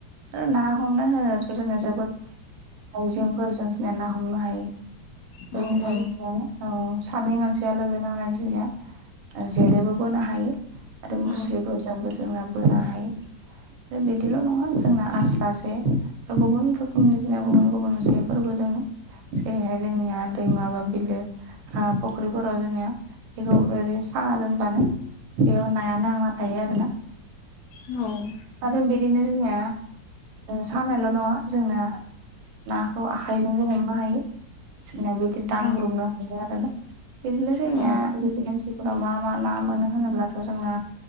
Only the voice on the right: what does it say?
थांनायखौ जों नुनो मोनो ना हमनो होनायाथ' जोंना जोबोद आइजें फोरजों जोगनिया ना हमनो हायो
जोंनिाया
सानै मानसिया लोगो नांनानै जोंनिया जेदोबो बोनो हायो आरो
मुस्रिफोरजोंबो जोंना बोनो हायो आरो बिदिल' नङा जोंना आस्रा जे आरो गुबुन रोखोमनि जोंना गुबुन गुबुन जे फोरबो दोङो जेरैहाय जोंनिया दैमा बा बिलो फुख्रिफोराव जोंनिया बेखौ ओरै साना दोनबानो बेयाव नाया नांना थायो थायो आरोना
आरो बिदिनो जोंनिया सानायल' नङा जोंना नाखौ आखाइजोंबो हमनो हायो जोंनिया बिदि दांग्रोमनो
हायो आरो ना बिदिनो जोंनिया
जोंनि ओनसोलफोराव मा मा ना मोनो होनोब्लाथ' जोंना